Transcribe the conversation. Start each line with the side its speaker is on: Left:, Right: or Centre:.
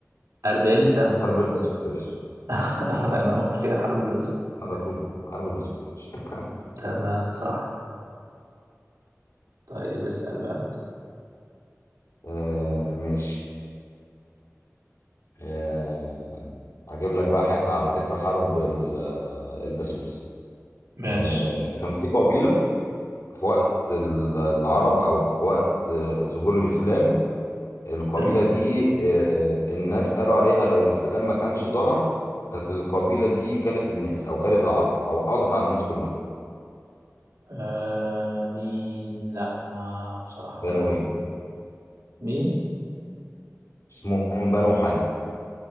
Right: 40 سنة
Left: حرب البسوس يا باشا
Right: <laughs> الله ينور هي حرب البسوس
Left: على طول كده حرب البسوس يا باشا
Right: تمام صح طيب اسأل بقى أنت
Left: آه ماشي آه، هجيب لك بقى حتة على ذكر حرب ال- آه، البسوس
Right: ماشي
Left: آه، كان في قبيلة في وقت ال- العرب أو في وقت آه، ظهور الإسلام القبيلة
Right: تمام
Left: دي آه، الناس قالوا عليها لو الإسلام ما كانش ظهر كانت القبيلة دي كلت الناس أو كلت العرب أو قضت على الناس كلهم
Right: آه مين لا ما بصراحة
Left: بنوا
Right: ما
Left: إيه؟
Right: مين
Left: اسمهم بنو حاجة